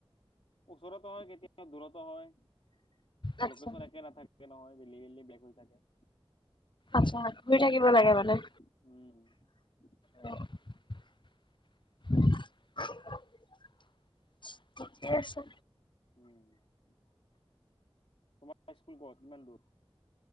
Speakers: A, on the left; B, on the left.
A: ওচৰতো হয়, কেতিয়াবা দূৰতো হয়,
B: আচ্ছা
A: লোকেশ্যন একে নাথাকে। একে নহয়, ডেইলী ডেইলী বেলেগ হৈ থাকে।
B: আচ্ছা, ঘূৰি থাকিব লাগে মানে।
A: উম।
B: <unintelligible> ঠিকেই আছে।
A: উম, তোমাৰ স্কুল ক'ত? কিমান দূৰ?